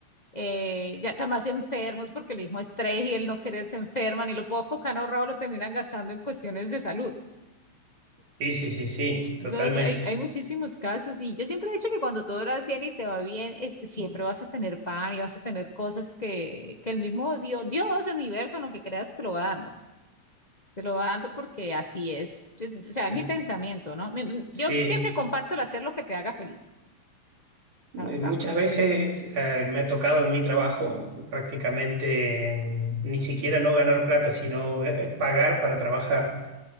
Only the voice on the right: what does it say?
Sí, sí, sí, sí,
totalmente.
L-
Sí.
Eh,
Muchas veces eh, me ha tocado en mi trabajo prácticamente mm, ni siquiera no ganar plata, sino eh, pagar para trabajar,